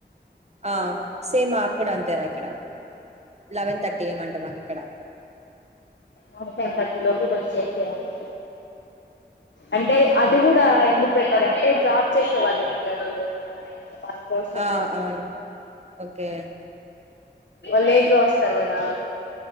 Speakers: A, on the right; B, on the left.
A: ఆ సేమ్ మాక్ గుడా అంతేరా ఇక్కడ లెవెన్ థర్టీ ఏం అంట మాక్ ఇక్కడ
B: మాక్ టెన్ థర్టీ లోపు ఇటు వచ్చేసెయ్యాలి అంటే అది గుడా ఎందుక్ పెట్టారంటే జాబ్ చేసే వాళ్ళు ఉంటారు వాళ్ళ కోసం
A: ఆ అవును. ఒకే
B: వాళ్ లేట్‌గా వస్తార్ కదా